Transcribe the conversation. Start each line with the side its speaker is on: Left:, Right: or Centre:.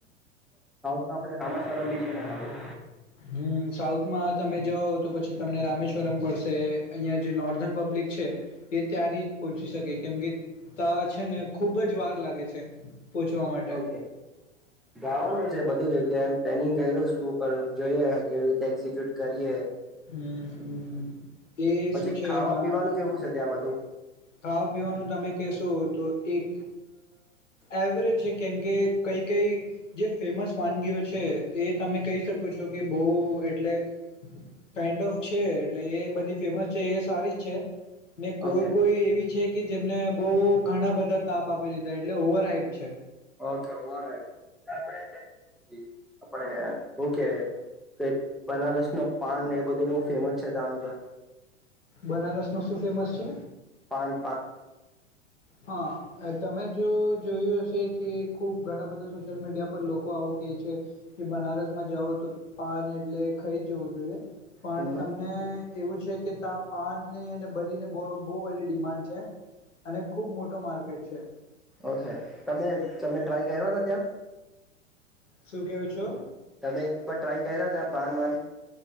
Centre: આપડે રામે સ્વરમ ભી છે ને આવું.
Left: હમ સાઉથમાં તમે જાઓ. તો પછી તમને રામેશ્વરમ પડશે અહિયાં જે નોર્ધન પબ્લિક છે. એ ત્યાં નહી પહોંચી શકે કેમ કે. તો છે ને ખુબ જ. વાર લાગે છે પહોંચવા માટે
Centre: ઓકે જવાનું છે બધું જગ્યા એમ પેનિંગ કરું છું પણ. જોઈએ કેવી રીતે એક્ઝિક્યુટ કરીએ.
Left: હમ એ
Centre: પછી
Left: શું છે
Centre: ખાવા
Left: એમાં
Centre: પીવાનું કેવું છે ત્યાં બધું
Left: ખાવા પીવાનું તમે કેશો. તો એક એવરેજ છે કેમ કે કઈ કઈ જે ફેમસ વાનગીઓ છે એ તમે કહી શકો છો કે બહ એટલે. કાઇન્ડ ઓફ છે એટલે એ બધી ફેમસ છે એ સારી જ છે. ને કોઈ
Centre: ઓકે
Left: કોઈ એવી છે કે. કે જેમને બહ ઘણા બધા તાપ આપી લીધા એટલે ઓવર હાઈપ છે.
Centre: ઓકે ઓ આપડે કઈ આપણે ઓકે કઈ બનારસ ન પાન એ બધું બહુ ફેમસ છે ત્યાનું તો
Left: બનારસ નું શું ફેમસ છે.
Centre: પાન પાન
Left: હા તમે જો જોયું હશે કે. ખુબ ઘણા બધા સોશિયલ મીડિયા પર લોકો આવું કે છે કે બનારસ માં જાઓ તો પાન એટલે ખાઈ જ જવું જોઈએ. પણ
Centre: હમ
Left: તમને એવું. છે કે તા પાનને અને બધીને બહ બધી ડિમાન્ડ છે... અને ખુબ મોટો માર્કેટ છે.
Centre: ઓકે તમે તમે ટ્રાય કર્યો હતો ત્યાં.
Left: શું કેવું છો.
Centre: તમે એકર ટ્રાય કર્યા ત પાન વાન.